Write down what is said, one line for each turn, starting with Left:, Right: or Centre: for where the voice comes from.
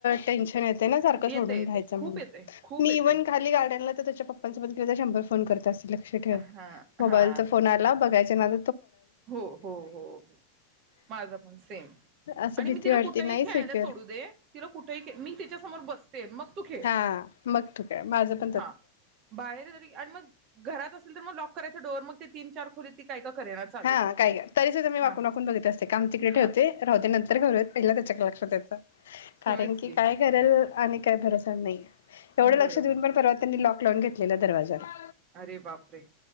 Left: टेंशन येतय ना सारख
Right: येते
Left: सोडून
Right: येते
Left: राहयच
Right: खूप
Left: म्हणून,
Right: येते खूप
Left: मी
Right: येते
Left: इव्हन खाली गार्डन त्याच्या पप्पा न सोबत गेले तर शंभर? फोन करत असल- लक्ष ठेव
Right: हा
Left: मोबाईल
Right: हा
Left: चा फोन आला, बघायचा ते माझ
Right: हो हो हो माझ पण सेम-
Left: असं
Right: आणि
Left: भीती
Right: मी तिला
Left: वाटते
Right: कुठेही
Left: नाही
Right: खेळायला
Left: सिक्युअर
Right: सोडू दे तिला कुठेही मी तिच्या समोर बस ते मग- तू खेळ
Left: हा मग तू काय माझ प
Right: हा बाहेर जरी, आणि मग घरात असेल तर मग लॉक करायचा डोर मग ते तीन चार फूले ती काय? करेना चालेल
Left: हा काय तरी सुद्धा मी वाकून
Right: हा
Left: वाकून बघत असते काम तिकडे
Right: हा
Left: ठेवते राहूदे नंतर करुया पहिले त्याच्याकडे लक्षात द्याचं कारण
Right: होयच
Left: कि
Right: की
Left: काय करेल आणि काय भरोसाच नाही. एवढं
Right: बरोबर
Left: लक्ष देऊन पण परवा त्यांनी लॉक लावून घेतलेल दरवाज्याला
Right: अरे बापरे!